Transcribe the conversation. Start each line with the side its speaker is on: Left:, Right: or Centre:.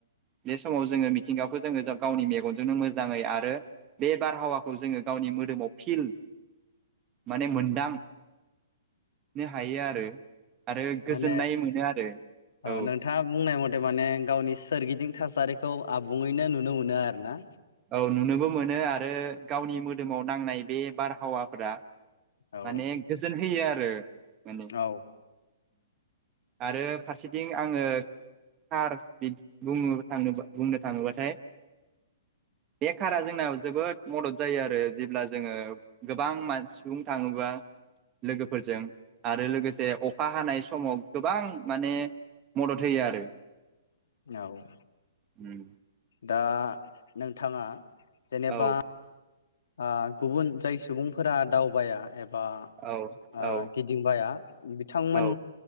Right: बे समाव जोङो मिथिंगाखौ जोङो गावनि मेगनजोंनो मोजाङै आरो बे बारहावाखौ जोङो गावनि मोदोमाव फिल माने मोनदां नो हायो आरो गोजोननाय
Left: माने
Right: मोनो आरो
Left: ओ
Right: औ
Left: नोंथाङा बुंनाय मथे माने गावनि सोरगिदिं थासारिखौ आबुङैनो नु नुनो मोनो आरो ना
Right: औ नुनोबो मोनो आरो गावनि मोदोमाव नांनाय बे बारहावाफोरा
Left: औ
Right: माने गोजोन होयो आरो माने
Left: औ
Right: आरो फारसेथिं आङो कार बि बुंनो थाङोबाथाय बेखारा जोंनाव जोबोद मदद जायो आरो जेब्ला जोङो गोबांन सुबुं थाङोबा लोगोफोरजों आरो लोगोसे अखा हानाय समाव गोबां माने मदद होयो आरो
Left: औ
Right: उम
Left: दा नोंथाङा जेनेबा
Right: औ
Left: ओ गुबुन जाय सुबुंफोरा दावबाया एबा
Right: औ
Left: ओ
Right: औ
Left: गिदिंबाया बिथांमोन
Right: औ